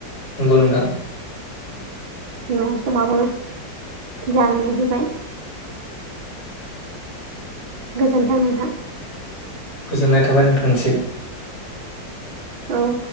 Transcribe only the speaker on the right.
न समाबो जानानै फैबाय गोजोन्थों नोंथां
औ